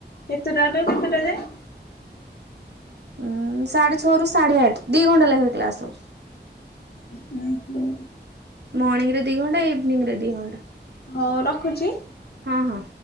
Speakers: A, on the left; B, on the right.
A: କେତେଟାଳୁ କେତେଟା ଯାଏ?
B: ଉଁ ସାଢେ ଛଅରୁ ସାଢ଼େ ଆଠ ଦିଇ ଘଣ୍ଟା ଲାଖେ କ୍ଲାସ୍ ହଉଛି।
A: ହୁଁ ହୁଁ
B: ମର୍ଣିଂରେ ଦି ଘଣ୍ଟା ଇଭିନିଂରେ ଦି ଘଣ୍ଟା।
A: ହଉ ରଖୁଛି।
B: ହଁ ହଁ।